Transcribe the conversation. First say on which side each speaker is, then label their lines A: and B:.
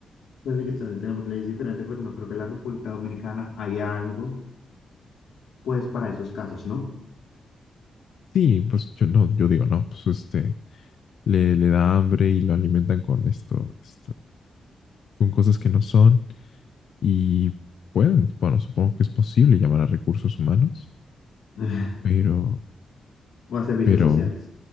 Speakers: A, on the left; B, on the left.
A: entonces quizás sí tenemos leyes diferentes, pero no creo que en la República Dominicana haya algo, pues, para esos casos, ¿no?
B: Sí, pues yo no, yo digo no, pues este, le, le da hambre y lo alimentan con esto, esto, con cosas que no son y pueden, bueno, supongo que es posible llamar a recursos humanos,
A: <laughs>
B: pero,
A: O a servicios
B: pero,
A: sociales.